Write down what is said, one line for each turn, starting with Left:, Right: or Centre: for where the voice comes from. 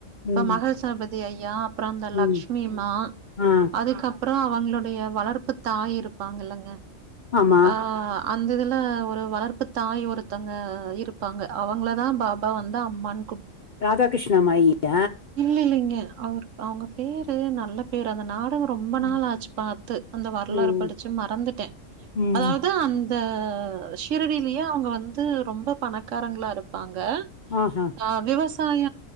Right: இப்ப
Left: ம்
Right: மகள்சாபதி ஐயா அப்பறம் அந்த
Left: ம்
Right: லக்ஷிமிமா
Left: ஆ
Right: அதுக்கப் பறோ அவங்களுடைய வளர்ப்பு தாய் இருப்பாங்கல்லங்க
Left: ஆமா
Right: ஆ அந்த இதுல ஒரு வளர்ப்பு தாய் ஒருத்தங்க இருப்பாங்க அவங்கள தா பாபா வந்து அம்மான்
Left: ராதா கிருஷ்ணா மாயிட்ட
Right: இல்ல இல்லைங்க அவர் அவுங்க பேரு நல்ல பேரு அந்த நாட் அப்பாவ ரொம்ப
Left: ம்
Right: நாள் ஆச்சு பாத்து அந்த வரலாறு
Left: ம்
Right: படிச்சு மறந்துட்டே
Left: ம்
Right: அதாவது அந் இந்த சிறடியிலயே அவங்க வந்து ரொம்ப பணக்காரங்களா இருப்பாங்க
Left: ஆஹா
Right: அ விவசாய